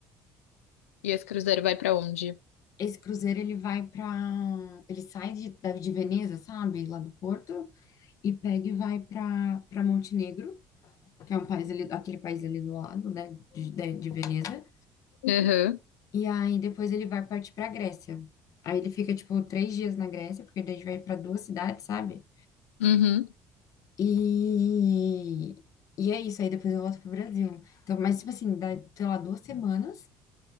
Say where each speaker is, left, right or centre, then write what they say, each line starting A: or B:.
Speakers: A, on the left; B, on the left.
A: E esse cruzeiro vai pra onde?
B: Esse cruzeiro, ele vai para... Ele sai de, da- de Veneza, sabe? Lá do Porto, e pega e vai para para Montenegro, que é um país ali, aquele país ali do lado, né? de de- de Veneza.
A: Aham.
B: E aí depois ele vai partir pra Grécia. Aí ele fica, tipo, três dias na Grécia, porque daí a gente vai pra duas cidades, sabe?
A: Uhum.
B: E, e é isso, aí depois eu volto pro Brasil. Então, mas, tipo assim, dá, sei lá, duas semanas.